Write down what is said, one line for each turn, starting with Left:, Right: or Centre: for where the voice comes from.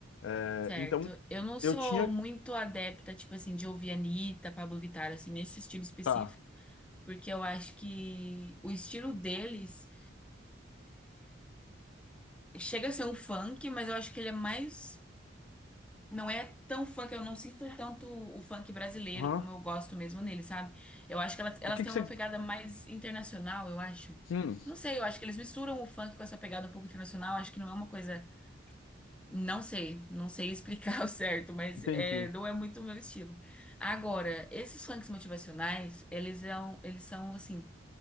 Left: É,
Centre: Certo.
Left: então
Centre: Eu não sou
Left: eu tinha,
Centre: muito adepta, tipo assim, de ouvir Anitta, Pablo Vittar, assim, nesse estilo específico,
Left: tá.
Centre: porque eu acho que o estilo deles chega a ser um funk, mas eu acho que ele é mais. Não é tão funk, eu não sinto tanto o funk brasileiro
Left: aham.
Centre: como eu gosto mesmo nele, sabe? Eu acho que elas,
Left: O
Centre: elas
Left: que
Centre: têm
Left: que
Centre: uma
Left: você,
Centre: pegada mais internacional, eu acho.
Left: hum,
Centre: Não sei, eu acho que eles misturam o funk com essa pegada um pouco internacional, acho que não é uma coisa. Não sei, não sei explicar <laughs> o certo, mas
Left: entendi.
Centre: é, não é muito o meu estilo. Agora, esses funks motivacionais, eles são, eles são assim,